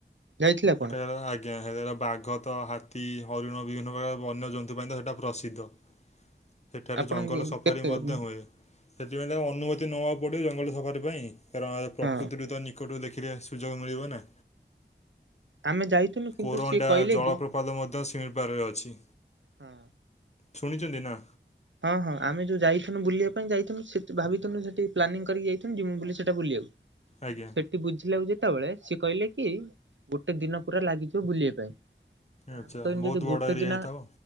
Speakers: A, on the right; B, on the left.
A: ଯାଇଥିଲେ ଆପଣ?
B: ସେଠ ଆ ଆଜ୍ଞାର ବାଘ ତ ହାତୀ, ହରିଣ ବିଭିନ୍ନ ପ୍ରକାର ବନ୍ୟଜନ୍ତୁ ପାଇଁ ତ ସେଇଟା ପ୍ରସିଦ୍ଧ। ସେଠାରେ
A: ଆପଣ
B: ଜଙ୍ଗଲ ସଫାରୀ
A: କେତେ
B: ମଧ୍ୟ
A: ହଁ
B: ହୁଏ ସେଥିପାଇଁ ତାଙ୍କ ଅନୁମତି ନେବାକୁ ପଡ଼ିବ ଜଙ୍ଗଲ ସଫାରୀ ପାଇଁ କାରଣ ପ୍ରକୃତିରୁ
A: ହଁ।
B: ତ ନିକଟକୁ ଦେଖି ମିଲିବନା
A: ଆମେ ଯାଇଥିଲୁ କିନ୍ତୁ
B: କୋରଣ୍ଡ
A: ସିଏ କହିଲେ
B: ଜଳପ୍ରାତଟି
A: କି
B: ପାଦ ମଧ୍ୟ ଶିମିଳିପାଳରେ ଅଛି।
A: ହଁ।
B: ଶୁଣିଛନ୍ତି ନା?
A: ହଁ ହଁ ଆମେ ଯୋଉ ଯାଇଥିଲୁ ବୁଲିବା ପାଇଁ ଯାଇଥିଲୁ ସେ ଭାବିଥିଲୁ ସେଠି ପ୍ଲାନିଙ୍ଗ କରି ଯାଇ ଯିମୁ ବୋଲି ସେଟା ବୁଲିବାକୁ କିନ୍ତୁ
B: ଆଜ୍ଞା
A: ସେ ବୁଝିଲା ଯେତେବେଳେ ସିଏ କହିଲେ କି ଗୋଟେ ଦିନ ପୁରା ଲାଗିଯିବ ବୁଲିବା ପାଇଁ। ତ
B: ଆଚ୍ଛା
A: ଆମେ କହିବୁ ଯଦି
B: ବହୁତ
A: ଗୋଟେ
B: ବଡ଼ ଏରିଆ
A: ଦିନ
B: ହେଇଥିବ